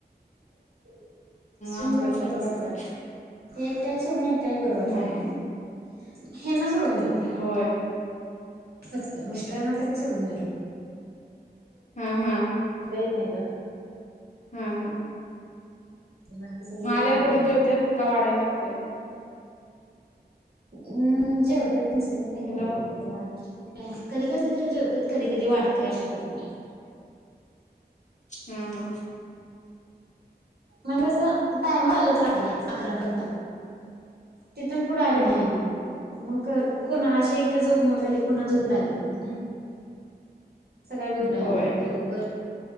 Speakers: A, on the right; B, on the left.
A: <unintelligible> सुंजावाला
B: आमच्यात पण
A: बर
B: तसच
A: वाट
B: आहे
A: की तेल सोडून त्याल बरं वाटत
B: नाही
A: नई वो हेंना सोडून जेवते.
B: नाही होय
A: फक्त मिस्टरांना तेवड सोडून जेवल.
B: हा हा
A: करीत नहीत
B: हा हा
A: बाकी सगळी
B: माल्यावर
A: एकत्र
B: परत
A: जेवतोय.
B: जेवत्यात का वाढायला लागते
A: हं जेवतेत तु
B: हॅलो
A: कधी कधी करवा कधी कधी तर जेवतेत कधी कधी वाढतोय असं करतात
B: हा हा.
A: म्हणजे कसं टायम आल तर राहिली अकरापर्यंत तिथून पुढे आले
B: हा
A: की हाय
B: हा
A: मग मग कोणा अशी एकदा झोप मोड झाली की पुन्हा झोप लागत नाही ना सकाळी बी उठायला
B: होय
A: हते लवकर